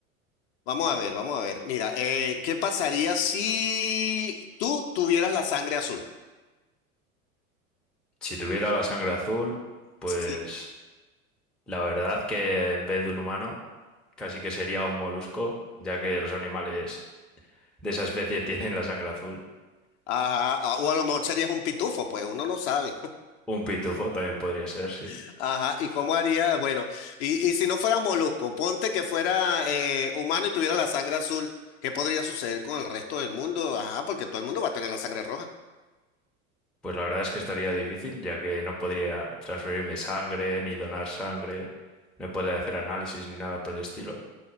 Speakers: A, on the left (about 55°); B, in the centre.
A: Vamos a ver, vamos a ver. Mira, eh, ¿qué pasaría si tú tuvieras la sangre azul?
B: Si tuviera la sangre azul, pues
A: Sí.
B: la verdad que en vez de un humano, casi que sería un molusco, ya que los animales de esa especie <laughs> tienen la sangre azul.
A: Ajá, a- o a lo mejor serías un pitufo, pues uno no sabe.
B: Un pitufo también podría ser, sí.
A: <laughs> Ajá, ¿y cómo haría? Bueno, y, y si no fueras molusco, ponte que fuera eh, humano y tuviera la sangre azul, ¿qué podría suceder con el resto del mundo? Ajá, porque todo el mundo va a tener la sangre roja.
B: Pues la verdad es que estaría difícil, ya que no podría transferirme sangre, ni donar sangre, no podría hacer análisis ni nada por el estilo.